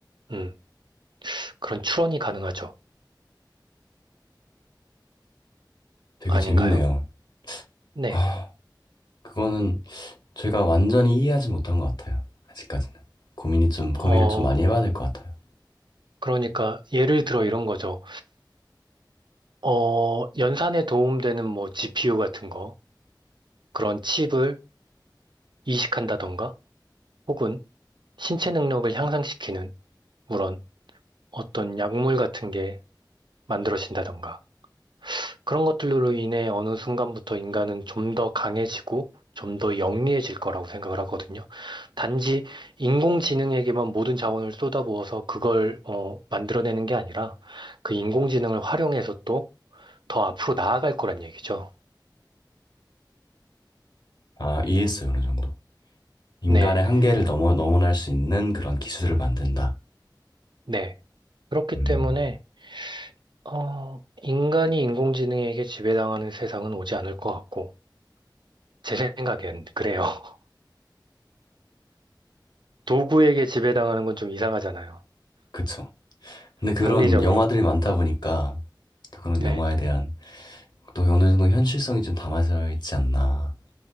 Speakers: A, on the right; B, on the left.
A: 음, 그런 추론이 가능하죠.
B: 되게
A: 아닌가요?
B: 재밌네요.
A: 네.
B: 아, 그거는 제가 완전히 이해하지 못한 것 같아요. 아직까지는. 고민이 좀, 고민을
A: 어,
B: 좀 많이 해봐야 될 것 같아요.
A: 그러니까 예를 들어 이런 거죠. 어, 연산에 도움되는 뭐 GPU 같은 거, 그런 칩을 이식한다던가, 혹은 신체 능력을 향상시키는, 물론 어떤 약물 같은 게 만들어진다던가. 그런 것들로 인해 어느 순간부터 인간은 좀 더 강해지고 좀 더 영리해질 거라고 생각을 하거든요. 단지 인공지능에게만 모든 자원을 쏟아부어서 그걸 어, 만들어내는 게 아니라 그 인공지능을 활용해서 또 더 앞으로 나아갈 거란 얘기죠.
B: 아, 이해했어요. 어느 정도. 인간의
A: 네,
B: 한계를 넘어, 넘어날 수 있는 그런 기술을 만든다.
A: 네. 그렇기
B: 음,
A: 때문에 어, 인간이 인공지능에게 지배당하는 세상은 오지 않을 것 같고 제 생각엔 그래요. <laughs> 도구에게 지배당하는 건 좀 이상하잖아요.
B: 그쵸. 근데 그런
A: 합리적으로.
B: 영화들이 많다 보니까 또 그런
A: 네.
B: 영화에 대한 또 어느 정도 현실성이 좀 담아져 있지 않나.